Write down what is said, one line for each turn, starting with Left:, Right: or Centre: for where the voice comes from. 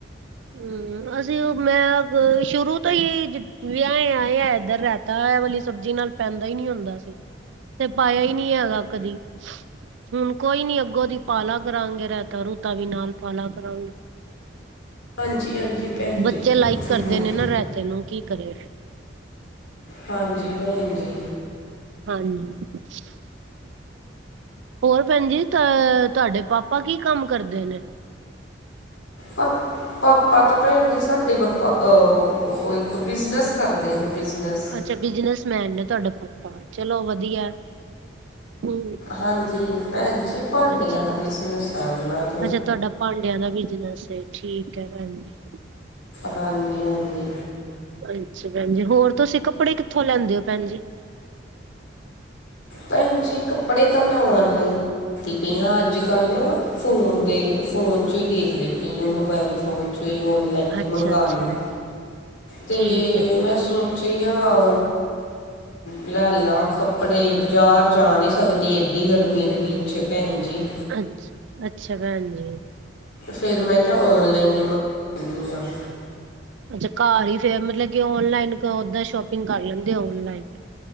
Right: ਹਮ, ਅਸੀਂ ਮੈਂ ਸ਼ੁਰੂ ਤੋਂ ਜਦ ਹੀ ਵਿਆਹੇ ਆਏ ਆ ਇੱਧਰ ਰਾਇਤਾ ਦਾ ਐ ਵਾਲੀ ਸਬਜ਼ੀ ਨਾਲ ਪੈਂਦਾ ਹੀ ਨੀ ਹੁੰਦਾ ਸੀ, ਤੇ ਪਾਇਆ ਹੀ ਨਹੀਂ ਹੈਗਾ ਕਦੀ। ਹੁਣ ਕੋਈ ਨੀ ਅੱਗੋਂ ਦੀ ਪਾਲਾ ਕਰਾਂਗੇ, ਰਾਇਤਾ ਰੂਤਾ ਵੀ ਨਾਲ ਪਾਲਾ ਕਰਾਂਗੇ।
Left: ਹਾਂਜੀ- ਹਾਂਜੀ, ਭੈਣ
Right: ਬੱਚੇ
Left: ਜੀ
Right: ਲਾਈਕ
Left: ਜ਼ਰੂਰ
Right: ਕਰਦੇ ਨੇ ਨਾ ਰਾਇਤੇ ਨੂੰ, ਕੀ ਕਰਿਏ।
Left: ਹਾਂਜੀ ਭੈਣ ਜੀ‌,
Right: ਹਾਂਜੀ‌, ਹੋਰ ਭੈਣ ਜੀ, ਅ ਤੁਹਾਡੇ ਪਾਪਾ ਕੀ ਕੰਮ ਕਰਦੇ ਨੇ
Left: ਆ, ਪਾਪਾ ਤਾਂ ਭੈਣ ਜੀ ਸਾਡੇ ਪਾਪਾ ਉਹ ਉਹ ਇੱਕ, ਬਿਜ਼ਨਸ ਕਰਦੇ ਨੇ ਬਿਜ਼ਨਸ।
Right: ਅੱਛਾ ਬਿਜਨਸ ਮੈਨ ਨੇ ਤੁਹਾਡੇ ਪਾਪਾ, ਚਲੋ ਵਧੀਆ। ਹਮ
Left: ਹਾਂਜੀ, ਭੈਣ ਜੀ‌, ਭਾਂਡਿਆਂ
Right: ਅੱਛਾ
Left: ਦਾ ਬਿਜਨਸ ਹੈ ਅਪਨਾ।
Right: ਅੱਛਾ ਤੁਹਾਡਾ ਭਾਂਡਿਆਂ ਦਾ ਬਿਜਨਸ ਹੇ, ਠੀਕ ਹੈੈ ਭੈਣ ਜੀ
Left: ਹਾਂਜੀ- ਹਾਂਜੀ,
Right: ਅੱਛਾ ਭੈਣ ਜੀ, ਹੋਰ ਤੁਸੀਂ ਕੱਪੜੇ ਕਿੱਥੋਂ ਲੈਂਦੇ ਹੋ ਭੈਣ ਜੀ।
Left: ਭੈਣ ਜੀ, ਕੱਪੜੇ ਤਾਂ ਮੈਂ ਔਨਲਾਈਨ। ਕੀਟੀਆਂ ਅੱਜ -ਕੱਲ੍ਹ ਨਾ, ਫੋਨ ਦੇ ਫੋਨ ਚੋਂ ਹੀ ਦੇਖਦੀ ਪਈ ਹਾਂ ਮੋਬਾਈਲ ਫੋਨ। ਤੇ ਉਨਲਾਈਨ ਹੀ
Right: ਅੱਛਾ
Left: ਮੰਗਉਣੀ,
Right: ਅੱਛਾ
Left: ਤੇ
Right: ਠੀਕ ਹੈ ਠੀਕ
Left: ਮੈਂ ਸੋਚਿਆ, ਆਉਨ ਲੈ ਲਾ ਕੱਪੜੇ, ਬਜ਼ਾਰ ਜਾ ਨਹੀਂ ਸਕਦੀ ਐਏਡੀ ਗਰਮੀ ਦੇ ਵਿੱਚ ਭੈਣ ਜੀ।
Right: ਅੱਛ, ਅੱਛਾ ਭੈਣ ਜੀ।
Left: ਫੇਰ ਮੈਂ ਕਿਹਾ ਓਨਲਾਈਨ ਹੀ। ਨਿਊਯਰਕ।
Right: ਅੱਛਾ ਘਰ ਹੀ ਫੇਰ ਮਤਲਬ ਕਿ ਔਨਲਾਈਨ ਓਦਾਂ ਸ਼ੋਪਿੰਗ ਕਰ ਲੈਂਦੇ ਔਨਲਾਈਨ।